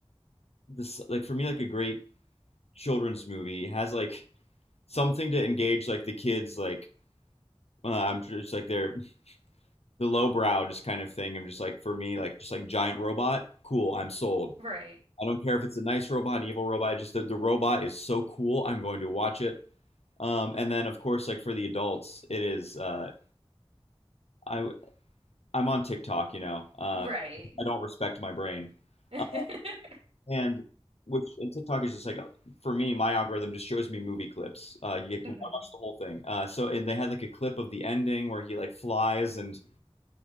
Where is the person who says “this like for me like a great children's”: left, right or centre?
Left